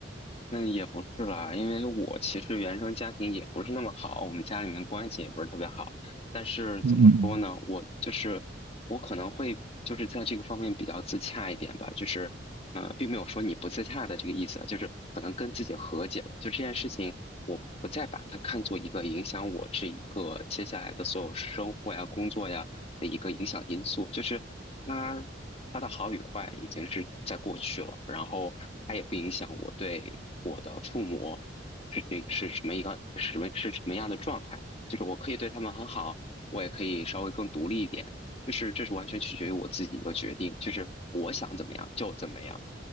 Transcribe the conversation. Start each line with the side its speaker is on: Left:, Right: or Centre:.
Left: 那也不是啦，因为我其实原生家庭也不是那么好，我们家里面关系也不是特别好。但是怎么说呢，
Right: 嗯嗯嗯，
Left: 我就是我可能会就是在这个方面比较自洽一点吧，就是呃，并没有说你不自洽的这个意思啊就是可能跟自己和解了，就这件事情我不再把它看作一个影响我这一个接下来的所有生活呀、工作呀的一个影响因素，就是它它的好与坏已经是在过去了，然后它也不影响我对。我的父母是谁是什么一个什么是什么样的状态，就是我可以对他们很好，我也可以稍微更独立一点，就是这是完全取决于我自己一个决定，就是我想怎么样就怎么样，